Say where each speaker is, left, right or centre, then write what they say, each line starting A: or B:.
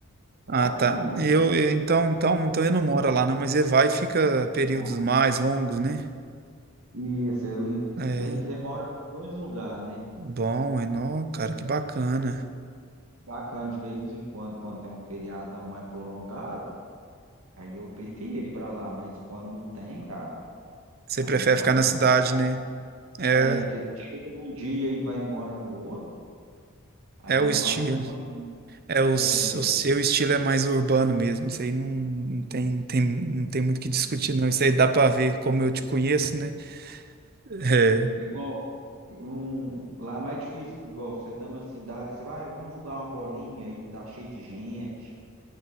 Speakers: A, on the right; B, on the right.
A: É
B: Ah,
A: bacana.
B: tá. Eu, eu- então então então ele não mora lá não, mas ele vai e fica períodos
A: mano.
B: mais longos, né?
A: Isso, ele,
B: É.
A: bem dizer, mora nos dois lugares, né?
B: Bom, Enó, cara, que bacana.
A: Enquanto- Bacana, de vez em quando, quando tem um feriadão mais prolongado, aí eu prefiro ir pra lá, mas quando não tem, cara,
B: Você
A: aí
B: prefere
A: eu gosto
B: ficar na
A: mais
B: cidade,
A: da cidade.
B: né? É
A: Aí é porque chega num dia e vai embora no outro, aí
B: é o
A: é
B: estilo.
A: mais ruim,
B: É o,
A: né?
B: s- o
A: é,
B: seu estilo é mais urbano mesmo. Isso aí não, não tem, não tem não tem muito o que discutir não. Isso aí dá pra ver como eu te conheço, né? É.
A: igual, um, lá é mais difícil, igual você tá numa cidade, você vai, "Ah, vamos jogar uma bolinha e tá cheio de gente,